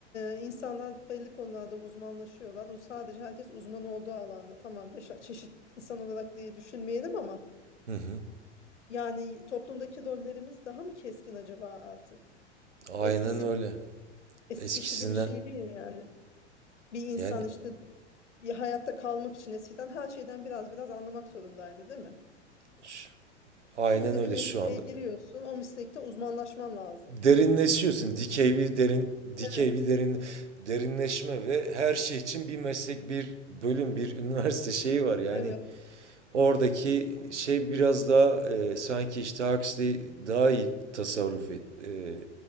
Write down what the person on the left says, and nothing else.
e, insanlar belli konularda uzmanlaşıyorlar. O sadece herkes uzman olduğu alanda tamam beş çeşit insan olarak diye düşünmeyelim ama
yani toplumdaki rollerimiz daha mı keskin acaba artık?
Eskisi
gibi eskisi
gibi şey değil yani. Bir insan
işte ya hayatta kalmak için eskiden her şeyden biraz biraz anlamak zorundaydı, değil mi?
Şimdi
bir mesleğe
giriyorsun, o meslekte uzmanlaşman lazım.
Evet,
evet,